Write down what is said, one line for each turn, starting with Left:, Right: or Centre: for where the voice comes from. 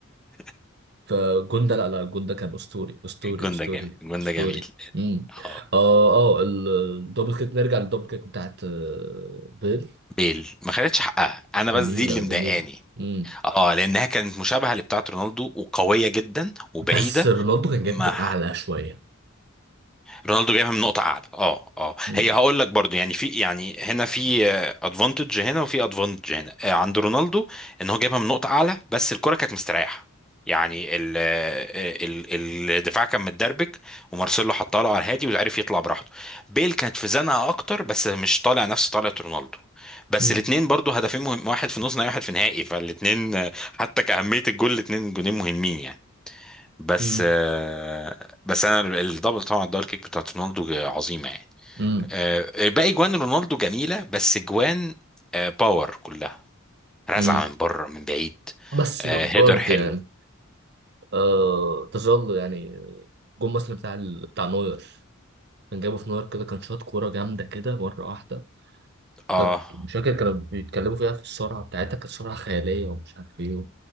Centre: <laughs>
Right: فجون ده لا لا جون ده كان اسطوري اسطوري
Centre: الجون
Right: اسطوري
Centre: ده جامد الجون
Right: اسطوري
Centre: ده جميل
Right: امم
Centre: آه
Right: اه اه ال- الدبل كيك نرجع للدبل كيك بتاعت آه، بيل
Centre: بيل ما خدتش حقها أنا
Right: جميله
Centre: بس دي اللي مضايقاني
Right: جميله امم
Centre: اه لانها كانت مشابهه لبتاعه رونالدو وقويه جدا وبعيده
Right: بس رونالدو كان
Centre: ما
Right: جايبها من اعلى شويه
Centre: رونالدو جايبها من نقطة أعلى اه اه
Right: امم
Centre: هي هقول لك برضو يعني في يعني هنا في ادفانتج هنا وفي ادفانتج هنا آه، عند رونالدو ان هو جايبها من نقطة أعلى بس الكرة كانت مستريحة يعني ال آه، ال ال- الدفاع كان متدربك ومارسيلو حطها له على الهادي وعرف يطلع براحته بيل كانت في زنقة أكتر بس مش طالع نفس طلعة رونالدو بس
Right: امم
Centre: الاثنين برضو هدفين مهم واحد في نص نهائي واحد في نهائي فالاثنين حتى كأهمية الجول الاثنين جونين مهمين يعني بس
Right: امم
Centre: آه، بس انا الدبل طبعا الدبل كيك بتاعت رونالدو عظيمه يعني
Right: امم
Centre: آه، باقي جوان رونالدو جميله بس جوان آه، باور كلها رزعه
Right: أمم.
Centre: من بره من بعيد
Right: بس
Centre: آه،
Right: برضه
Centre: هيدر حلو
Right: يعني آه تظل يعني الجون مثلا بتاع ال- بتاع نوير كان جابه في نوير كده كان شاط كوره جامده كده مره واحده
Centre: اه
Right: كانت مش فاكر كانوا بيتكلموا فيها في السرعه بتاعتها كانت سرعه خياليه ومش عارف ايه